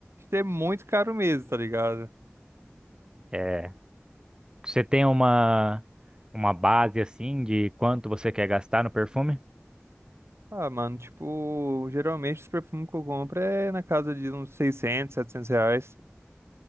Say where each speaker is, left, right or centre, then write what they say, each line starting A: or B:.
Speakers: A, on the right; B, on the right.
A: ser muito caro mesmo, tá ligado?
B: é. Você tem uma uma base assim de quanto você quer gastar no perfume?
A: Ah, mano, tipo, geralmente os perfumes que eu compro é na casa de uns 600 700 reais.